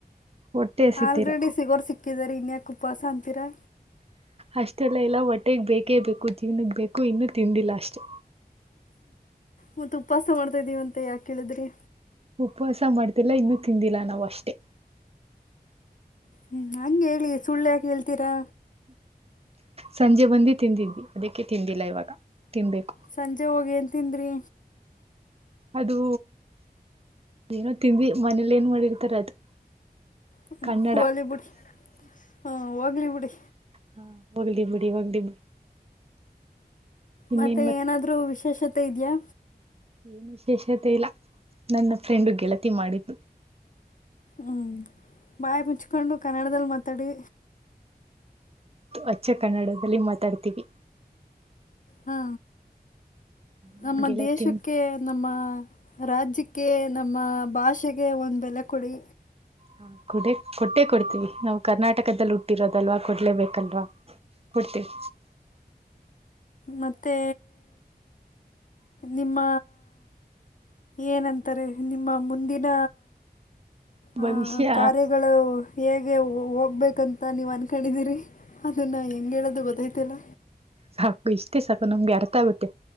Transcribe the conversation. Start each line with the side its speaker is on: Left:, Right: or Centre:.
Right: ಹೊಟ್ಟೆ ಹಸಿತಿಲ್ಲ
Left: ಆಲ್ರೆಡಿ ಸಿಗೋರ ಸಿಕ್ಕಿದಾರ ಇನ್ಯಕ ಉಪವಾಸ ಅಂತೀರಾ.
Right: ಅಷ್ಟೆಲ್ಲ ಇಲ್ಲ ಹೊಟ್ಟೆಗ ಬೇಕೇ ಬೇಕು ಜೀವ್ನಗ ಬೇಕು ಇನ್ನೂ ತಿಂದಿಲ್ಲ ಅಷ್ಟೆ.
Left: ಮತ್ತ ಉಪವಾಸ ಮಾಡ್ತಾದೀವಂತ ಯಾಕ ಹೇಳಿದ್ರಿ.
Right: ಉಪವಾಸ ಮಾಡ್ತಿಲ್ಲ ಇನ್ನು ತಿಂದಿಲ್ಲ ನಾವ ಅಷ್ಟೇ.
Left: ಹ್ಮ ಹಂಗ ಹೇಳಿ ಸುಳ್ಳ ಯಾಕ ಹೇಳ್ತೀರಾ.
Right: ಸಂಜೆ ಬಂದು ತಿಂದಿದ್ವಿ ಅದಕ್ಕೆ ತಿಂದಿಲ್ಲ ಇವಾಗ ತಿನ್ಬೇಕು
Left: ಸಂಜೆ ಹೋಗಿ ಏನ್ ತಿಂದ್ರಿ
Right: ಅದು ಏನೋ ತಿಂದ್ವಿ ಮನೇಲಿ ಏನ್ ಮಾಡಿರ್ತಾರ ಅದು
Left: ಹ್ಮ
Right: ಕನ್ನಡ
Left: ಹೋಲಿಬಿಡು ಹ್ಮ್ಮ್ ಹೋಗ್ಲಿಬಿಡಿ
Right: ಹಾ ಹೋಗ್ಲಿ ಬಿಡಿ ಹೋಗ್ಲಿ ಬಿಡಿ ಇನ್ನೇನ್
Left: ಮತ್ತೆ
Right: ಮತ್
Left: ಏನಾದ್ರೂ ವಿಶೇಷತೆ ಇದ್ಯಾ
Right: ಏನ್ ವಿಶೇಷತೆ ಇಲ್ಲ ನನ್ನ ಫ್ರೆಂಡು ಗೆಳತಿ ಮಾಡಿದ್ದು
Left: ಹ್ಞೂ ಬಾಯಿ ಮುಚ್ಕೊಂಡು ಕನ್ನಡದಲ್ಲಿ ಮಾತಾಡಿ
Right: ಅಚ್ಚ ಕನ್ನಡದಲ್ಲಿ ಮಾತಾಡ್ತೀವಿ
Left: ಹಾ
Right: ನನ್
Left: ನಮ್ಮ
Right: ಗೆಳತಿ
Left: ದೇಶಕ್ಕೆ ನಮ್ಮ ರಾಜ್ಯಕ್ಕೆ ನಮ್ಮ ಭಾಷೆಗೆ ಒಂದು ಬೆಲೆ ಕೊಡಿ
Right: ಹಾ ಕೊಡೆ ಕೊಟ್ಟೆ ಕೊಡ್ತೀವಿ ನಾವು ಕರ್ನಾಟಕದಲ್ಲಿ ಹುಟ್ಟಿರೋದಲ್ವಾ ಕೊಡ್ಲೇಬೇಕಲ್ವಾ ಕೊಡ್ತಿವಿ
Left: ಮತ್ತೆ ನಿಮ್ಮ ಏನಂತಾರೆ ನಿಮ್ಮ ಮುಂದಿನ ಆ
Right: ಭವಿಷ್ಯ
Left: ಕಾರ್ಯ ಗಳು ಹೇಗೆ ಹೋಗ್ಬೇಕಂತ ನೀವ್ ಅನ್ಕೊಂಡಿದಿರಿ ಅದನ್ನ ಹೆಂಗ ಹೇಳೋದು ಗೊತ್ತೈತಿಲ್ಲ
Right: ಸಾಕು ಇಷ್ಟೇ ಸಾಕು ನಮ್ಗೆ ಅರ್ಥ ಆಗುತ್ತೆ